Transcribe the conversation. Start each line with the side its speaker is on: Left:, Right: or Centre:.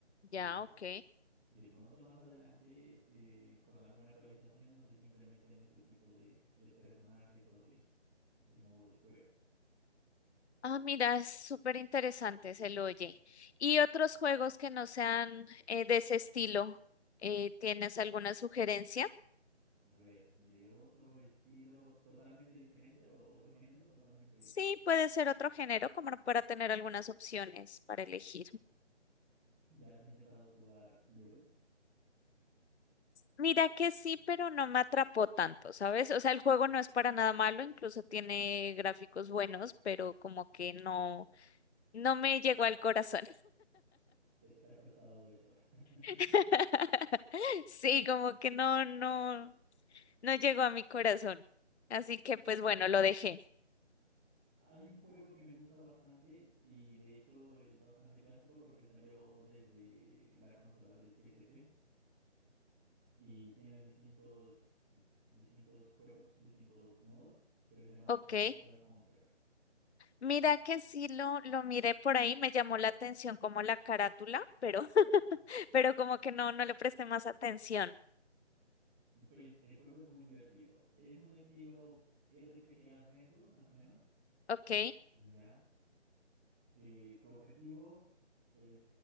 Centre: ¿ya?
Left: Ya, ok.
Centre: De pronto más adelante, eh, con alguna actualización, no sé, simplemente en este tipo de, de personajes o de, de modo de juego.
Left: Ah, mira, es súper interesante, se lo oye. ¿Y otros juegos que no sean eh, de ese estilo? Eh, ¿tienes alguna sugerencia?
Centre: A ver, de otro estilo totalmente diferente o otro género totalmente
Left: Sí, puede ser otro género, como para tener algunas opciones para elegir.
Centre: ¿Ya has intentado jugar LOL?
Left: Mira que sí, pero no me atrapó tanto, ¿sabes? O sea, el juego no es para nada malo, incluso tiene gráficos buenos, pero como que no, no me llegó al corazón.
Centre: ¿Te, te ha costado eso? <laughs>
Left: <laughs> Sí, como que no, no, no llegó a mi corazón. Así que pues bueno, lo dejé.
Centre: Hay un juego que me gusta bastante y de hecho es bastante clásico porque salió desde la consola del PSP y tiene distintos, distintos juegos, distintos modos, pero se llama
Left: Ok.
Centre: Monster Hunter.
Left: Mira que sí lo, lo miré por ahí, me llamó la atención como la carátula, pero, <laughs> pero como que no, no le presté más atención.
Centre: Pues el juego es muy divertido. Es un estilo RPG Adventure, más o menos.
Left: Ok,
Centre: Ya. Eh, tu objetivo es